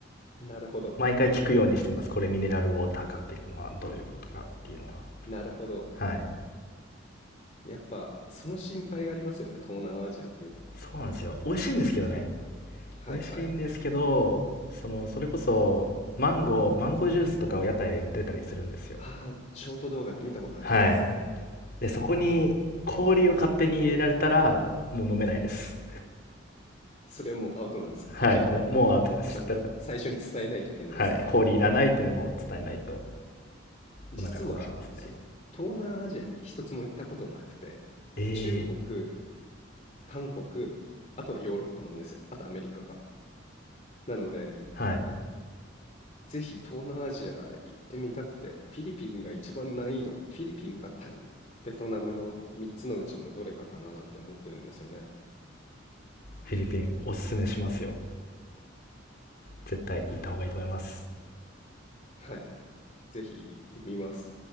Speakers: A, on the left (about 35°); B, on the left (about 55°).
A: なるほど。
B: 毎回聞くようにしてます。これミネラルウォーターかっていうのはどういうことかっていうのは。
A: なるほど。
B: はい。
A: やっぱ、その心配がありますよね。東南アジアっていうと。
B: そうなんですよ。美味しいんですけどね。
A: はいはい。
B: 美味しいんですけど、その、それこそ、マンゴー、マンゴージュースとかを屋台で売ってたりするんですよ。
A: ああ、ショート動画で見たことあります。
B: はい。で、そこに氷を勝手に入れられたら、もう飲めないです。
A: それはもうアウトなんですか。
B: はい、
A: じゃあ、
B: もう、もうアウトです。
A: ちゃんと最初に伝えないといけないですね。
B: だから、はい、氷いらないっていうのを伝えないと、
A: 実はその東南アジアに一つも行ったことなくて
B: お腹壊しますね。ええ
A: 中国韓国あとはヨーロッパなんですよあとアメリカかなので
B: はい。
A: ぜひ東南アジア行ってみたくてフィリピンが一番難易度フィリピンかタイベトナムの3つのうちのどれかかななんて思ってるんですよね
B: フィリピン、おすすめしますよ。絶対行った方がいいと思います。
A: はいぜひ行ってみます